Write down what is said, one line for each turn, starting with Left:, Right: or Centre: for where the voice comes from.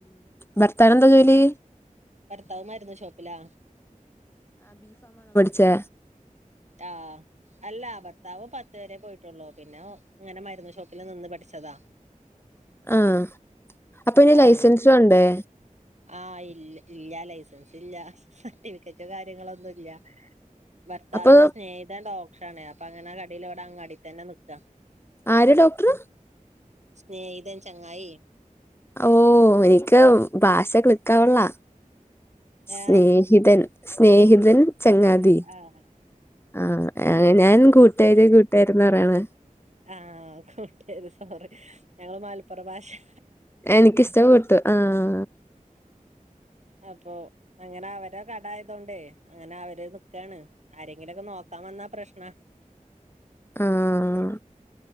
Left: ഭർത്താവിനു എന്താ ജോലി?
Right: ഭർത്താവ് മരുന്ന് ഷോപ്പിലാ
Left: ചേ
Right: ആഹ് അല്ല ഭർത്താവ് പത്ത് വരെ പോയിട്ടുള്ളൂ. പിന്നെ ഇങ്ങനെ മരുന്ന് ഷോപ്പില് നിന്ന് പഠിച്ചതാ.
Left: ആഹ് അപ്പൊ ഇനി
Right: ആഹ്
Left: ലൈസൻസ് വേണ്ടേ
Right: ആഹ് ഇൽ ഇല്യ ലൈസൻസ് ഇല്യ സർട്ടിഫിക്കറ്റോ കാര്യങ്ങളോന്നുല്ല. ഭർത്താവിന്റെ
Left: അപ്പൊ
Right: സ്നേഹിതൻ ഡോക്ടറാണ് അപ്പൊ അങ്ങനെ കടല് അവിടെ അങ്ങാടി തന്നെ നിക്കാ
Left: ആര് ഡോക്ടറ്
Right: സ്നേഹിതൻ ചങ്ങായി.
Left: ഓ എനിക്ക് ഭാഷ ക്ലിക്കാവണില്ല സ്നേഹിതൻ
Right: ഏഹ്
Left: സ്നേഹിതൻ ചങ്ങാതി
Right: ആഹ്
Left: ആഹ് ഞാൻ കൂട്ടുകാര് കൂട്ടാകാരെന്നാ പറയാണെ
Right: ആഹ് കൂട്ട് സോറി ഞങ്ങള് മലപ്പുറം ഭാഷയ
Left: എനിക്കിഷ്ടപ്പെട്ടു ആആ.
Right: അപ്പൊ അങ്ങനെ അവര കടായതോണ്ടേ അങ്ങനെ അവര് നിക്കാണ് ആരെങ്കിലൊക്കെ നോക്ക നോക്കാവന്നാ പ്രശ്നാ
Left: ആഹ്